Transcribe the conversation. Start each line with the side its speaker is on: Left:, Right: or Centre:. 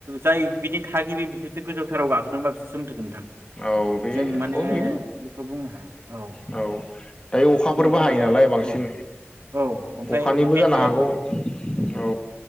Right: जाय बिनि थागिबि बिसोरसो गोजौथाराव मानो‌ होनबा बिसोरसो मोनथि गोन नोंथां
Left: औ बेे
Right: जों माने
Left: औ बेनो
Right: बेखौ बुंनो हाया
Left: औ दायो अखाफोरबो
Right: जोंथ'
Left: हायो
Right: माने
Left: नालाय बांसिन
Right: औ औ ओमफ्राय
Left: अखानिबो
Right: मेसेङावथ'
Left: जानो हागौ औ